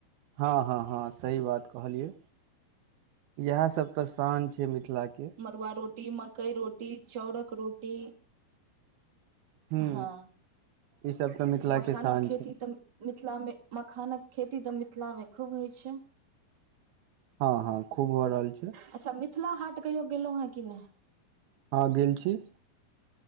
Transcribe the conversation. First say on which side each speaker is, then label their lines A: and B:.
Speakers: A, on the right (about 80°); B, on the right (about 35°).
A: हँ हँ हँ सही बात कहलियै इएह सब त शान छैय मिथिला के
B: मरुआ रोटी मकई रोटी चौरक रोटी
A: हूँ
B: हँ
A: ई सब तऽ मिथिला
B: मखानक
A: के शान
B: खेती
A: छै
B: तऽ मिथिलामे मखानक खेती तऽ मिथिलामे खूब होइत छैय
A: हँ हँ खूब भ रहल छैय
B: अच्छा मिथिला हाट कहियो गेलैह है की नहि
A: हँ गेल छी